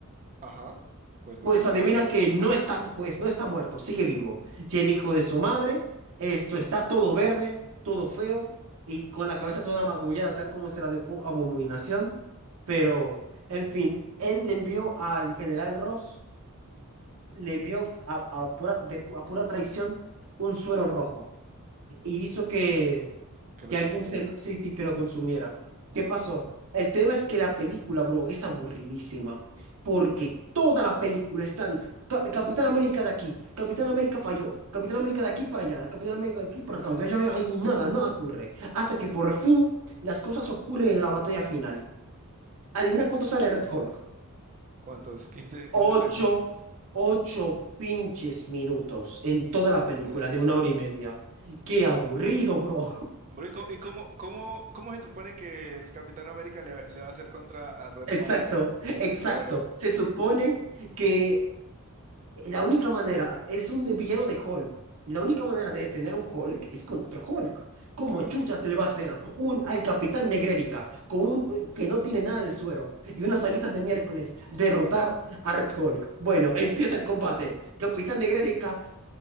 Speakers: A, on the right; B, on the right.
A: Ajá. Pues
B: Pues
A: no, estaba
B: adivina
A: vivo.
B: que no está, pues no está muerto, sigue vivo. Y el hijo de su madre, esto está todo verde, todo feo y con la cabeza toda magullada, tal como se la dejó Abominación. Pero, en fin, él le envió al general Ross, le envió a, a pura, de pu- a pura traición un suero rojo y hizo que,
A: Que lo
B: que
A: consumiera.
B: alguien se, sí, sí, que lo consumiera.
A: Hola.
B: ¿Qué pasó? El tema es que la película, bro, es aburridísima, porque toda la película están Cap- Capitán América de aquí, Capitán América falló, Capitán América de aquí para allá, Capitán América de aquí para acá, y y- y nada, nada ocurre. Hasta que por fin las cosas ocurren en la batalla final. Adivina cuánto sale Red Hulk.
A: ¿Cuántos? <laughs> quince, 15
B: Ocho,
A: segundos.
B: ocho pinches minutos en toda
A: No
B: la película
A: puede ser.
B: de una hora y media. Qué aburrido, bro.
A: Bro, ¿y co- y cómo, cómo, cómo se supone que el Capitán América le, le va a hacer contra a Red
B: Exacto,
A: Hulk
B: exacto.
A: sin el suero?
B: Se supone que la única manera, es un villano de Hulk. La única manera de detener a un Hulk es con otro Hulk. ¿Cómo
A: Claro.
B: chuchas le va a hacer un al Capitán Negrérica con un eh, que no tiene nada de suero y unas alitas de miércoles derrotar a Red Hulk? Bueno, empieza el combate. Capitán Negrérica,